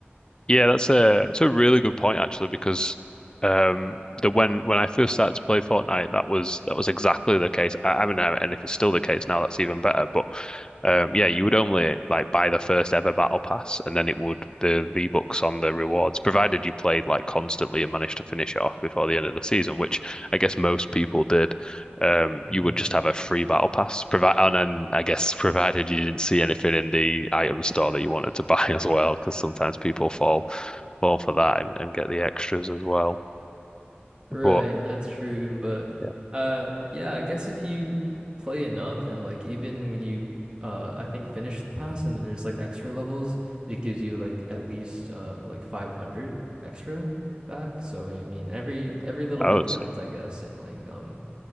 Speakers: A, on the left; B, on the right.
A: Yeah, that's a it's a really good point actually because um the when when I first started to play Fortnite that was that was exactly the case. I, I mean, uh, and if it's still the case now, that's even better. But um yeah, you would only like buy the first ever battle pass, and then it would the V-Bucks on the rewards, provided you played like constantly and managed to finish it off before the end of the season, which I guess most people did um,
B: Mhm.
A: you would just have a free battle pass. Provi- and then I guess provided you didn't see anything in the item store that you wanted to <laughs> buy as well, because sometimes people fall fall for that and, and get the extras as well.
B: Right,
A: But
B: that's true, but
A: yeah,
B: uh yeah, I guess if you play enough and like even when you uh I think finish the pass and then there's like extra levels, it gives you like at least uh like 500 extra back. So I mean every every little
A: I
B: bit
A: would say
B: counts, I guess, and like um